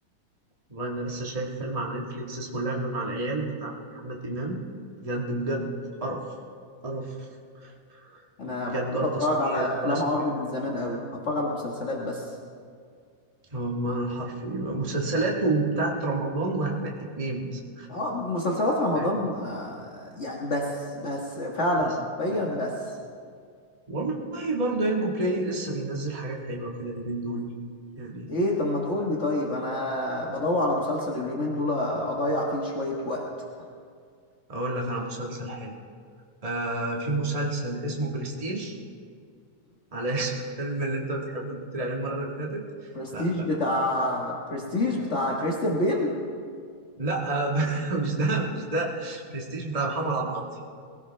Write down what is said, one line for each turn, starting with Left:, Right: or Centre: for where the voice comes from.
Right: والله انا لسه شايف فيلم على نتفليكس اسمه اللعب مع العيال بتاع محمد امام بجد بجد قرف قرف
Left: أنا
Right: بجد
Left: بطلت
Right: ولا
Left: أتفرج
Right: تصوير
Left: على أفلام
Right: ولا سي
Left: عربي
Right: جي آي
Left: من زمان أوي بتفرج على مسلسلات بس
Right: اه بمعنى الحرفي مسلسلات وبتاعت رمضان وهتنقي اتنين مثلا
Left: أه مسلسلات رمضان
Right: فاهم؟
Left: آه، يعني بس بس فعلا
Right: بس
Left: حرفيا
Right: خلاص
Left: بس
Right: والله برضه ينجو بلاي لسه بينزل حاجات حلوة كده اليومين دول يعني
Left: إيه طب ما تقول لي طيب أنا بدور على مسلسل اليومين دول أضيع فيه شوية وقت
Right: اقول لك على مسلسل حلو آه في مسلسل اسمه برستيج على <laughs> اسم الفيلم اللي انت بتحبه اللي قلت لي عليه المره اللي فاتت
Left: برستيج
Right: لا لا
Left: بتاع برستيج بتاع كريستيان بيل
Right: لا آه <laughs> مش ده مش ده برستيج بتاع محمد عبد العاطي <laughs>